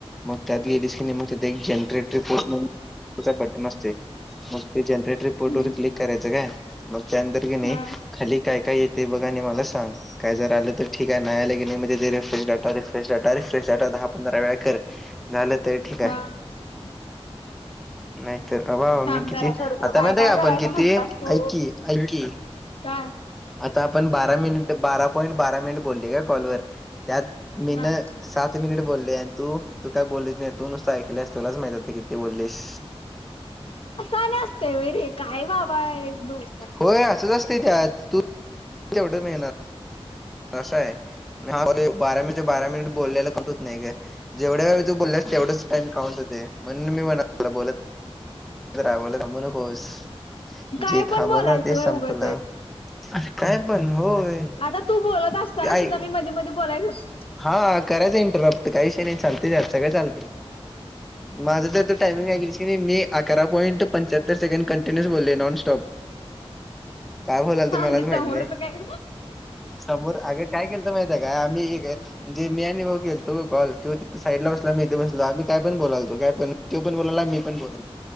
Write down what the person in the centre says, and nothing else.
मग त्यात गेलीस की नाय त्यात एक जनरेट रिपोर्ट च बटन असतं मग त्या जनरेट रिपोर्टवर
क्लिक करायचं काय, मग त्यानंतर काय
खाली काय काय येतंय बघ आणि मला सांग. काय जर आलं तर ठीक हाय, नाही आलं तर मग refresh data refresh data refresh data दहा पंधरा वेळा कर. झालं तर ठीक
आहे नाहीतर अ
मी <unintelligible> किती,
आता माहित काय आपण,
किती
ऐकी ऐककी
आता आपण बारा मिनिटं, बारा पॉईंट बारा मिनिटं बोललय का कॉलवर, त्यात मीनं
सात मिनिटं बोललोय, आणि तू, तू काय बोललीच नाहीस. तू नुसतं ऐकल्यास, तुलाच माहित आता तू किती बोललीस.
होय असंच असतंय त्यात, त तुला तेवढं मिळणार. तसं आहे, हा बारा मि बारा मिनिटं बोललेलं कट हूत नाही काय. जेवढा वेळ तू बोलल्यास तेवढाच वेळ काउंट होतय, म्हणून मी म्हणलतो तूला बोलत रा <unintelligible> थांबू नकोस.
जे थांबला
ते संपला
काय पण होय
ते आई
हा करायचं इंटरप्ट, काय विषय नाही, सगळं चालतंय त्यात. माझं तर तू टाइमिंग ऐकलंस क नाई मी अकरा पॉइंट पंच्याहत्तर सेकंड कंटिन्यूअस बोललोय नॉन स्टॉप. का बोलाल तो
मलाच माहित
नाही,
समोर अग काय केलतो माहित हाय काय, आम्ही एक म्हणजे मी आणि भाऊ केलतो गं कॉल, जो तिथं साईटला बसलेला आणि मी इथं साईटला, आम्ही काय पण बोलायलतो काय पण. <unintelligible> त्यो पण बोलालाय, मी पण बोलालोय,